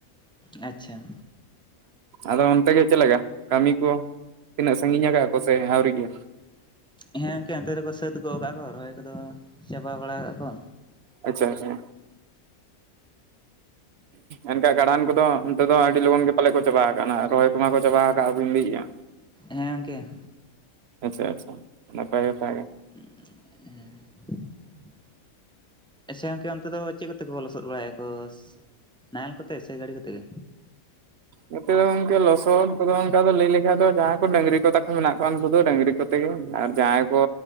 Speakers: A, in the centre; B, on the right.
A: ᱟᱪᱪᱷᱟ᱾
B: ᱟᱫᱚ ᱚᱱᱛᱮ ᱜᱮ ᱪᱮᱫ ᱞᱮᱠᱟ ᱠᱟᱹᱢᱤ ᱠᱚ? ᱛᱤᱱᱟᱹᱜ ᱥᱟᱺᱜᱤᱧ ᱟᱠᱟᱜᱼᱟ ᱠᱚ ᱥᱮ ᱟᱹᱣᱨᱤ ᱜᱮ?
A: ᱦᱮᱸ ᱜᱚᱝᱠᱮ ᱚᱱᱛᱮ ᱨᱮᱠᱚ ᱥᱟᱹᱛ ᱜᱚᱫ ᱠᱟᱜ ᱠᱚ, ᱨᱚᱦᱚᱭ ᱠᱚᱫᱚ ᱪᱟᱵᱟ ᱵᱟᱲᱟ ᱠᱟᱜ ᱠᱚ᱾
B: ᱟᱪᱪᱷᱟ ᱟᱪᱪᱷᱟ᱾ ᱮᱱᱠᱷᱟᱱ ᱠᱟᱰᱷᱟᱱ ᱠᱚᱫᱚ ᱚᱱᱛᱮ ᱫᱚ ᱟᱹᱰᱤ ᱞᱚᱜᱚᱱ ᱜᱮ ᱯᱟᱞᱮ ᱪᱟᱵᱟ ᱟᱠᱟᱱᱟ? ᱨᱚᱦᱚᱭ ᱠᱚᱢᱟ ᱪᱟᱵᱟ ᱟᱠᱟᱫ ᱵᱤᱱ ᱞᱟᱹᱭᱮᱜᱼᱟ᱾
A: ᱦᱮᱸ ᱜᱚᱢᱠᱮ᱾
B: ᱟᱪᱪᱷᱟ ᱟᱪᱪᱷᱟ ᱱᱟᱯᱟᱭ ᱠᱟᱛᱷᱟ ᱜᱮ᱾
A: ᱮ ᱟᱪᱪᱷᱟ ᱜᱚᱝᱠᱮ ᱚᱱᱛᱮ ᱫᱚ ᱪᱮᱫ ᱠᱚᱛᱮ ᱠᱚ ᱞᱚᱥᱚᱫ ᱵᱟᱲᱟᱭᱟᱠᱚ ᱱᱟᱦᱮᱞ ᱠᱚᱛᱮ ᱥᱮ ᱜᱟᱹᱲᱤ ᱠᱚᱛᱮ ᱜᱮ?
B: ᱱᱚᱛᱮ ᱫᱚ ᱜᱚᱝᱠᱮ ᱞᱚᱥᱚᱫ ᱠᱚᱫᱚ ᱚᱱᱠᱟ ᱞᱟᱹᱭ ᱞᱮᱠᱷᱟᱱ ᱫᱚ ᱡᱟᱦᱟᱸᱭ ᱠᱚ ᱰᱟᱹᱝᱜᱨᱤ ᱠᱚ ᱛᱟᱠᱚ ᱢᱮᱱᱟᱜ ᱠᱚᱣᱟ ᱩᱱᱠᱩ ᱫᱟ ᱰᱟᱹᱝᱜᱨᱤ ᱠᱚᱛᱮ ᱜᱮ ᱟᱨ ᱡᱟᱦᱟᱸᱭ ᱠᱚ